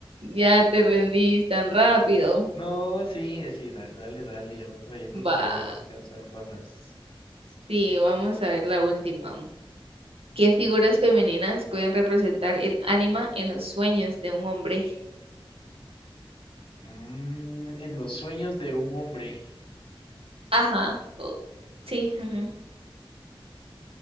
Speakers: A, on the right (about 85°); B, on the left (about 70°).
A: ya te rendís tan rápido.
B: No, sí, eh, sí, da- dale, dale, otra. Yo creo
A: Va.
B: que todavía alcanza otra más.
A: Sí, vamos a ver la última. ¿Qué figuras femeninas pueden representar el ánima en los sueños de un hombre?
B: Mm, en los sueños de un hombre.
A: Ajá. o- sí. ajá.